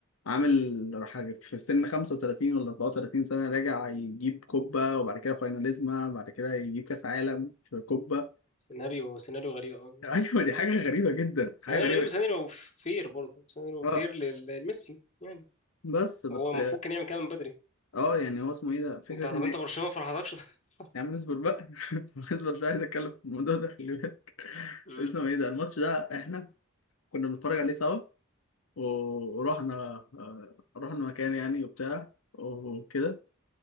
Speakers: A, on the left (about 85°); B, on the left (about 35°).
A: عامل حاجه في سن 35 ولا 34 سنه راجع يجيب كوبا وبعد كده فايناليزما بعد كده يجيب كاس عالم في كوبا
B: سيناريو سيناريو غريب أوي
A: <laughs> ايوه دي حاجه غريبه جدا
B: سيناريو
A: حاجه غريبه
B: غريب وسيناريو فير برضه سيناريو
A: اه
B: فير لل- لميسي يعني
A: بس بس
B: هو المفروض كان يعمل كده من بدري
A: اه يعني هو اسمه ايه ده فكره
B: انت طب
A: ان
B: انت برشلونة ما فرحتكش <laughs>
A: يا عم اصبر بقى <laughs> اصبر مش عايز اتكلم في الموضوع ده خلي بالك
B: مم.
A: اسمه ايه ده الماتش ده احنا كنا بنتفرج عليه سوا ورحنا آه، رحنا مكان يعني وبتاع وكده